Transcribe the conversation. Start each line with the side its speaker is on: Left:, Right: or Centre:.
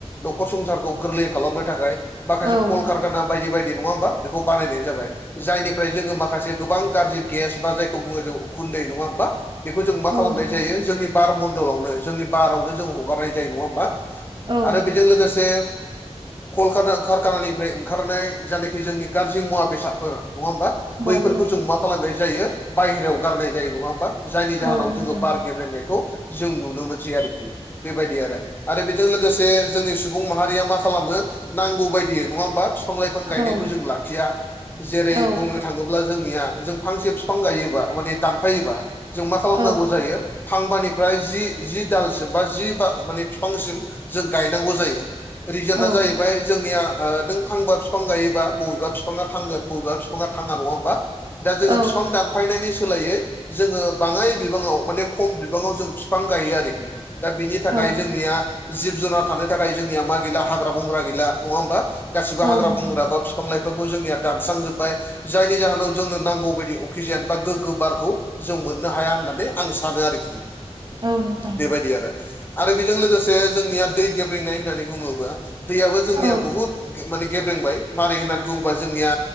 Left: न'खर संसारखौ गोरलै खालामनो थाखाय
Right: औ
Left: माखासे कलकारखाना बायदि बायदि नङा ओमबा बेखौ बानायनाय जाबाय। जायनिफ्राय जोङो माखासे गोबां गाज्रि गेस बा जायखौ बुङो जों उखुन्दै नङा ओमबा? बेखौ जों
Right: औ
Left: मा खालामनाय
Right: नोंथां
Left: जायो जोंनि बार मन्दलावनो जोंनि बारावनो जों हगारनाय जायो नङा ओमबा?
Right: औ
Left: बेजों लोगोसे कलका कारखानानिफ्राय ओंखारनाय जायनााखि जोंनि गाज्रि मुवा बेसादफोर नङा होमबा? बैफोरखौ
Right: औ
Left: जों मा खालामनाय जायो बायहेरायाव गारनाय जायो नङा होमबा जायनि जाहोनाव
Right: नोंथां
Left: जोङो बार गेब्रेंनायखौ जों नुनो मोनसै आरोखि बेबायदि आरो आरो बेजों लोगोसे जोंनि सुबुं माहारिया मा खालामो नांगौ बायदियै नङा होमबा? बिफां लाइफां गायनायखौ
Right: औ
Left: जों लाखिया जेरै
Right: औ
Left: बुंनो थाङोब्ला जोंनिया जों फांसे बिफां गायोबा माने दानफायोबा जों मा खालामनांगौ
Right: औ
Left: जायो? फांबानिफ्राय जि दालसिम बा जि ब माने बिफांसिम जों गायनांगौ जायो रिजोनआ
Right: औ
Left: जाहैबाय जोंनिया ओ नों फांबा बिफां गायोबा बबेबा बिफाङा थांगोन बबेबा बिफाङा थाङा नङा होनोमबा? दा जोङो
Right: औ
Left: बिफां दान दानफायनायनि सोलायै जोङो बाङाय बिबाङाव माने खम बिबाङाव जों बिफां गायो आरोखि। दा बिनि थाखाय
Right: औ
Left: जोंनिया जिब जुनार थानो थाखाय जोंनिया मा गैला हाग्रा बंग्रा गैला नङा होमबा? गासिबो
Right: औ
Left: हाग्रा
Right: नोंथां
Left: बंग्रा बा बिफां लाइफोरखौ जोंनिया दानस्रांजोब्बाय। जायनि जाहोनाव जोंनो नांगौ बायदि अक्सिजेन बा गोग्गो बारखौ जों मोननो हाया होननानै आं सानो आरोखि।
Right: औ नोंथां
Left: बेबायदि आरो आरो बेजों लोगोसे जोंनिया दै गेब्रेंनाय होननानै बुङोब्ला दैयाबो जोंनिया
Right: औ
Left: बहुत माने गेब्रेंबाय मारै होननानै बुङोबा जोंनिया